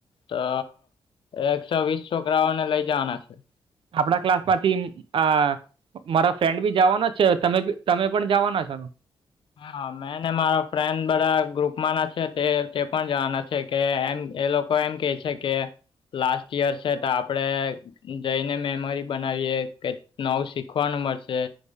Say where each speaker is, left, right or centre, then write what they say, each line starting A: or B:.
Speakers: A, on the left (about 70°); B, on the right (about 80°).
A: તો એકસો વીસ છોકરાઓને લઈ જવાના છે.
B: આપણા ક્લાસમાંથી અ મારા ફ્રેન્ડ બી જાવાનો છે તમે બી તમે પણ જાવાના છો?
A: હા મેં ને મારો ફ્રેન્ડ બધાં ગ્રુપમાંના છે તે તે પણ જવાના છે એ કે એમ એ લોકો એમ કેય છે કે લાસ્ટ યર છે તો આપડે જઈને મેમરી બનાવીએ કઈ નવું શીખવાનું મળશે.